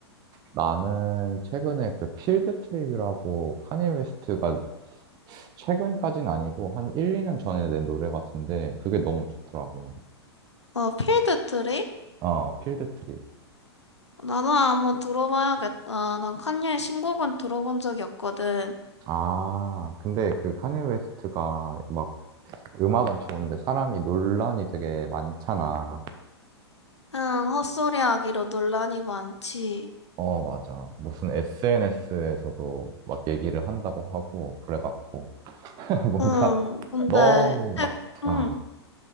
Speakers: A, on the right (about 30°); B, on the left (about 80°).
A: 나는 최근에 그 필드 트립이라고 카니 웨스트가 최근까진 아니고 한 1, 2년 전에 낸 노래 같은데 그게 너무 좋더라고.
B: 어, 필드 트립?
A: 어 필드 트립.
B: 나도 한번 들어봐야겠다. 난 칸예 신곡은 들어본 적이 없거든.
A: 아, 근데 그 카니 웨스트가 막 음악은 좋은데 사람이 논란이 되게 많잖아.
B: 응, 헛소리 하기로 논란이 많지.
A: 어, 맞아. 무슨 SNS에서도 막 얘기를 한다고 하고 그래갖고 <laughs> 뭔가
B: 응, 근데,
A: 너무
B: 최,
A: 막, 아,
B: 응,